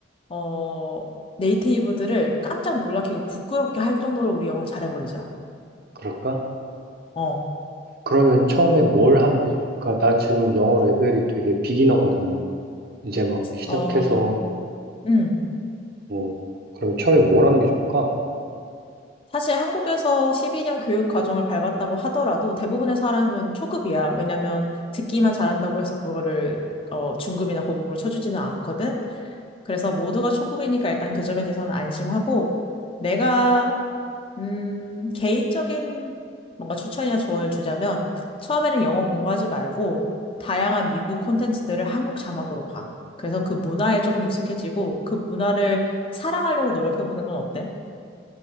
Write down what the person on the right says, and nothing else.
그럴까?
그러면 처음에 뭘 하는 게 좋을까? 나 지금 영어 레벨이 되게 비기너거든. 이제 막 시작해서,
뭐, 그럼 처음에 뭘 하는 게 좋을까?